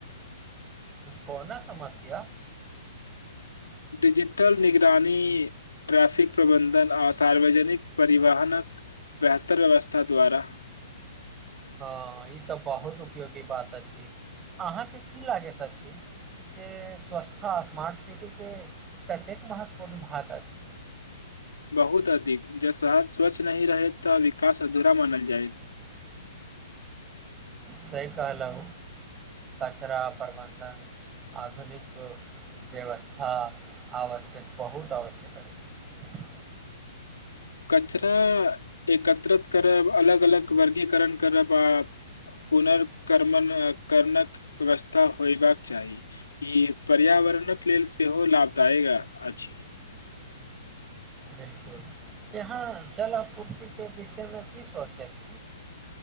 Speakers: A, on the right (about 15°); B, on the left (about 70°).
A: कोना समस्या
B: डिजिटल निगरानी ट्रैफिक प्रबन्धन आ सार्वजनिक परिवहनक बेहतर व्यवस्था द्वारा
A: हँ ई तऽ बहुत उपयोगी बात अछि अहाँके की लागैत अछि जे स्वच्छता स्मार्ट सिटीके कतेक महत्वपूर्ण भाग अछि
B: <inaudible> बहुत अधिक जँ शहर स्वच्छ नहि रहै तऽ विकास अधूरा मानल जाइत <inaudible>
A: से कहलहुँ कचरा प्रबन्धन आधुनिक व्यवस्था आवश्यक बहुत आवश्यक अछि
B: कचरा एकत्रित करब अलग अलग वर्गीकरण करब आ पुनर्कम क करनक व्यवस्था होयबाक चाही ई पर्याव रणक लेल सेहो लाभदायक आ आछी
A: बिलकुल यहाँ जल आपूर्तिके विषयमे की सोचैत छी